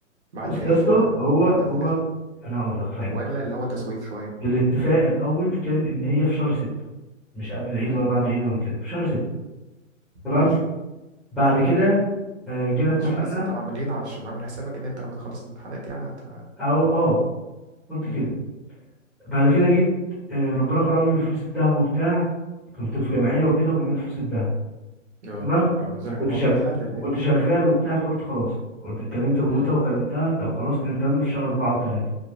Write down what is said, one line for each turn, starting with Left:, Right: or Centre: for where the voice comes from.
Right: بعد
Centre: بص
Right: العيد
Centre: يا اسطى
Right: ه-
Centre: هو هو
Right: هتنفذوا
Centre: انا هقول لك هفهمك
Right: ولا اللي هو تسويف شوية
Centre: الاتفاق الاول كان ان هي في شهر ستة مش قبل العيد
Right: مم.
Centre: ولا بعد العيد ولا كده في شهر ستة تمام
Right: ماشي
Centre: بعد كده آه، جينا اتفقنا
Right: شهر ستة عاملين علشان عامل حسابك إن أنت لما تخلص الامتحانات يعني هت
Centre: او اه قلت
Right: مم.
Centre: كده بعد كده جيت آه، ربنا كرمني بفلوس الذهب وبتاع كنت في جمعيه وكده وجمعت فلوس الذهب
Right: أه
Centre: تمام
Right: فبالنسبة
Centre: وكنت
Right: لك الموضوع
Centre: شغال
Right: يتحل اللي
Centre: وكنت
Right: إيه؟
Centre: شغال وبتاع فقلت خلاص قلت اتكلمت مامتها
Right: مم.
Centre: وكلمتها طب خلاص كان الكلام ده في شهر أربعة أو ثلاثة